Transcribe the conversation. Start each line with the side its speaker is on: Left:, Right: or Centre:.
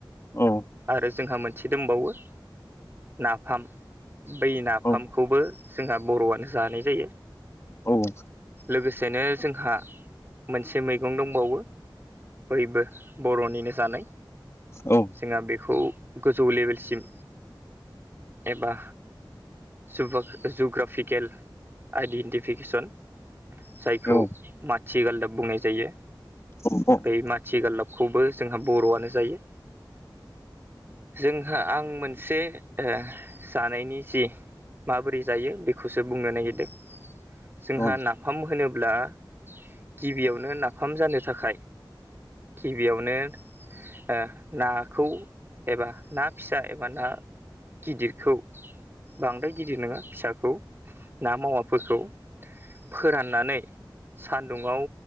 Left: औ
Right: आरो जोंहा मोनसे से दंबावो नाफाम बै नाफामखौबो
Left: औ
Right: जोंहा बर'आनो जानाय जायो
Left: औ
Right: लोगोसेनो जोंहा मोनसे मैगं दंबावो बैयबो बर'निनो जानाय
Left: औ
Right: जोंहा बेखौ गोजौ लेभेलसिम एबा जुग्रा जुग्राफिकेल आइडेन्टिफिकेसन जायखौ
Left: औ
Right: माथि गालदाब बुंनाय जायो
Left: <inaudible>
Right: बै माथि गालाबखौबो जोंहा बर'आनो जायो जोंहा आं मोनसे जानायनि जि माबोरै जायो बेखौसो बुंनो नागिरदों जोंहा
Left: औ
Right: नाफाम होनोब्ला गिबियावनो नाफाम जानो थाखाय गिबियावनो आ नाखौ एबा ना फिसा एबा ना गिदिरखौ बांद्राय गिदिर नङा फिसाखौ ना मावाफोरखौ फोराननानै सान्दुङाव